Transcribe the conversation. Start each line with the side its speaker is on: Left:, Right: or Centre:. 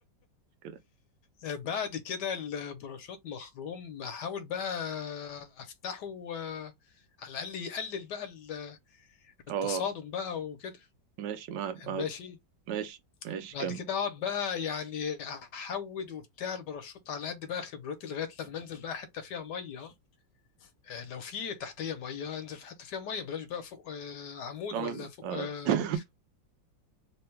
Right: كده
Left: بعد كده البراشوت مخروم احاول بقى افتحه آه، على الاقل يقلل بقى ال- التصادم
Right: اه
Left: بقى وكده
Right: ماشي مع... مع...
Left: ماشي
Right: ماشي ماشي
Left: بعد
Right: كمل
Left: كده اقعد بقى يعني احود وبتاع الباراشوت على قد بقى خبرتي لغايه لما انزل بقى حته فيها ميه آه، لو في تحتيه ميه انزل في حته فيها ميه بلاش بقى فوق آه، عمود
Right: اه
Left: ولا فوق
Right: اه
Left: آه،
Right: <laughs>